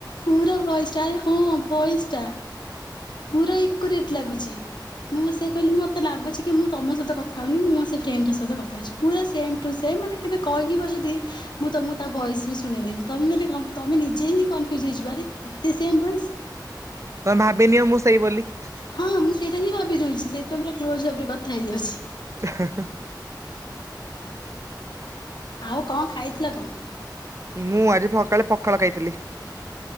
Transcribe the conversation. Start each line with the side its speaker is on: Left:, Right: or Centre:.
Left: ପୁରା ଭଏସ୍ ଟା ହଁ ଭଏସ୍ ଟା ପୁରା ଏକ୍ୟୁରେଟ୍ ଲାଗୁଛି ମୁଁ ସେଇଆ କହିଲି ମତେ ଲାଗୁଛି କି ମୁଁ ତମ ସହିତ କଥା ହଉନି ମୁଁ ସେ ଫ୍ରେଣ୍ଡଙ୍କ ସହିତ କଥା ହେଉଛି। ପୁରା ସେମ୍ ଟୁ ସେମ୍ ମାନେ କେବେ କହିବ ଯଦି ମୁଁ ତମକୁ ତା ଭଏସ୍ ବି ଶୁଣେଇଦେବି ତମେ ମାନେ କ ତମେ ନିଜେ ହିଁ କନଫ୍ୟୁଜ୍ ହେଇଯିବ ଆରେ ଏତେ ସେମ୍ ଭଏସ୍।
Right: ତମେ ଭାବିନିଅ ମୁଁ ସେଇ ବୋଲି।
Left: ହଁ ମୁଁ ସେଇଟା ହିଁ ଭାବିଦଉଛି ସେଇତି ପାଇଁ ତ କ୍ଲୋଜ୍ ଭାବରେ କଥା ହେଇଯାଉଛି।
Right: <inaudible>
Left: ଆଉ କଣ ଖାଇଥିଲ କଣ?
Right: ମୁଁ ଆଜି ସକାଳେ ପଖାଳ ଖାଇଥିଲି।